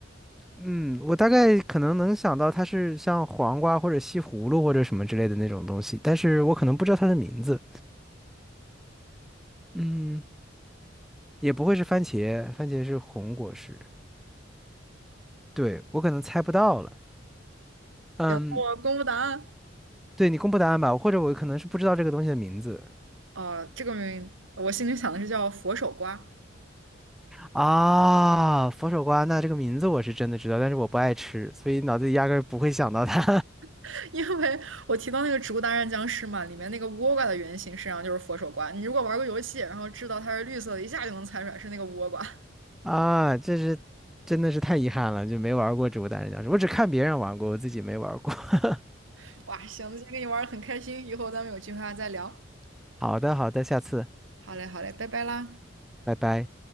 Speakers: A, in the centre; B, on the right.
A: 嗯，我大概可能能想到它是像黄瓜或者西葫芦或者什么之类的那种东西，但是我可能不知道它的名字。嗯，也不会是番茄，番茄是红果实。对，我可能猜不到了。嗯，
B: 我公布答案。
A: 对你公布答案吧，或者我可能是不知道这个东西的名字
B: 呃，这个名我心里想的是叫佛手瓜，
A: 啊。佛手瓜，那这个名字我是真的知道，但是我不爱吃，所以脑子里压根儿不会想到它
B: <laughs> 因为我提到那个《植物大战僵尸》嘛，里面那个倭瓜的原型实际上就是佛手瓜。你如果玩过游戏，然后知道它是绿色的，一下就能猜出来是那个倭瓜。
A: <laughs> 啊。这是真的是太遗憾了，就没玩过植物大战僵尸，我只看别人玩过，我自己没玩过。<laughs>
B: <laughs> 哇，行，今天跟你玩的很开心，以后咱们有机会还再聊。
A: 好的，好的，下次，
B: 好嘞，好嘞，拜拜啦。
A: 拜拜。